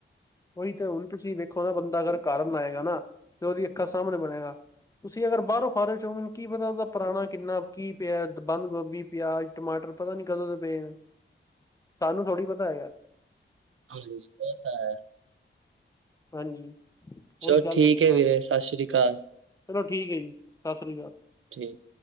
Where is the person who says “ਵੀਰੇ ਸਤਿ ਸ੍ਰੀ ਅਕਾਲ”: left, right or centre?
Right